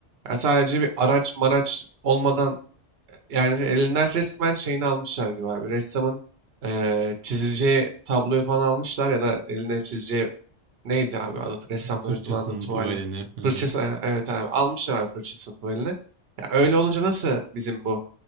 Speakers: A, on the right; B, on the right.
A: Ya sadece bir araç maraç olmadan yani elinden resmen şeyini almışlar gibi abi. Ressamın eee çizeceği tabloyu falan almışlar ya da eline çizeceği neydi abi adı ressamların
B: Fırçasının
A: kullandığı tuvali.
B: tuvalini. Hı hı.
A: Fırçası e, evet abi almışlar abi fırçasını tuvalini. Ya öyle olunca nasıl bizim bu